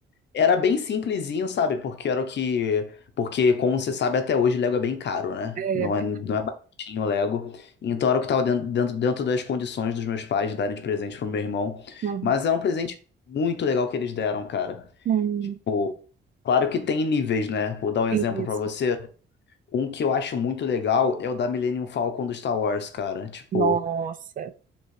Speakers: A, on the left; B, on the right.
A: Era bem simplesinho, sabe? Porque era o que. Porque, como você sabe, até hoje Lego é bem caro, né?
B: é,
A: Não é, não é baratinho o Lego. Então era o que estava dentro, dentro, dentro das condições dos meus pais de darem de presente pro meu irmão.
B: hum,
A: Mas era um presente muito legal que eles deram, cara.
B: hum,
A: Tipo, Claro que tem níveis, né? Vou dar um exemplo
B: isso,
A: pra você. Um que eu acho muito legal é o da Millennium Falcon do Star Wars, cara. Tipo,
B: nossa,